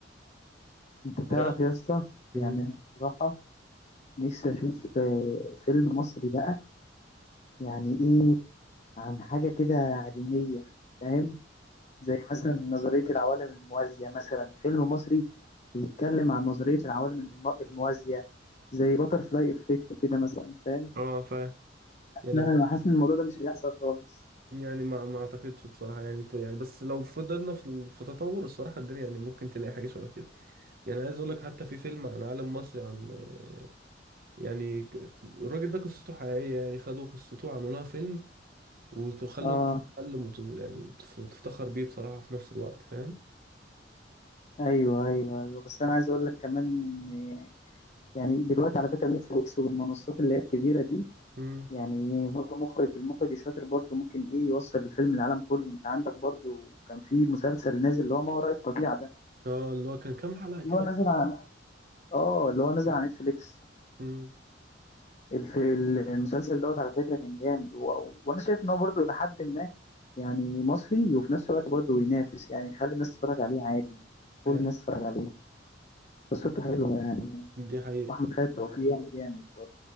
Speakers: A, on the left; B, on the right.
A: أنت تعرف
B: انا
A: يا اسطى
B: مم.
A: يعني بصراحة نفسي أشوف آه، فيلم مصري بقى يعني إيه عن حاجة كده علمية فاهم زي مثلا نظرية العوالم الموازية مثلا فيلم مصري بيتكلم عن نظرية العوالم المو- الموازية زي باترفلاي إفكت كده مثلا فاهم
B: اه فاهم يعني
A: لا
B: هو
A: انا حاسس ان الموضوع ده مش هيحصل خالص
B: يعني ما ما اعتقدش بصراحة يعني يعني بس لو فضلنا في في تطور الصراحة الدنيا يعني ممكن تلاقي حاجة شبه كده يعني عايز اقول لك حتى في فيلم عن عالم مصري عن آه، يعني ك- الراجل ده قصته حقيقية يعني خدوا قصته وعملوها فيلم وخلوا
A: اه
B: الناس تتعلم وت- يعني وتف- وتفتخر بيه بصراحة في نفس الوقت فاهم
A: ايوه ايوه ايوه بس انا عايز اقول لك كمان ان يعني دلوقتي على فكره نتفليكس والمنصات اللي هي الكبيره دي
B: امم
A: يعني برضه مخرج المخرج الشاطر برضه ممكن ايه يوصل الفيلم للعالم كله انت عندك برضه كان في مسلسل نازل اللي هو ما وراء الطبيعه ده
B: اه اللي هو كان كام حلقة كده
A: اللي هو نازل على اه اللي هو نازل على نتفليكس
B: امم
A: الف... المسلسل دوت على فكره كان جامد و... وانا شايف ان هو برضه الى حد ما يعني مصري وفي نفس الوقت برضه ينافس يعني يخلي الناس تتفرج عليه عادي يعني كل
B: فاهم
A: الناس تتفرج عليه قصته حلوة يعني
B: دي حقيقة
A: وأحمد خالد توفيق يعني جامد برضه